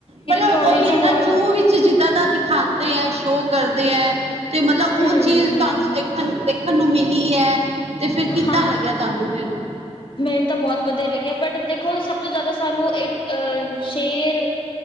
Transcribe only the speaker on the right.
ਮਤਲਬ
ਉਹੀ
ਹੈ ਨਾ
ਜੂ ਵਿੱਚ ਜਿੱਦਾਂ ਤਾਂ ਦਿਖਾਉਂਦੇ ਹੈ ਸ਼ੋਅ ਕਰਦੇ ਐ। ਤੇ ਮਤਲਬ
ਉਹ ਚੀਜ਼ ਤੁਹਾਨੂੰ ਦੇਖਣ ਦੇਖਣ। ਖਣ ਨੂੰ ਮਿਲੀ ਹੈ। ਤੇ ਫਿਰ ਕਿੱਦਾਂ
ਲੱਗਿਆ ਤੁਹਾਨੂੰ ਫਿਰ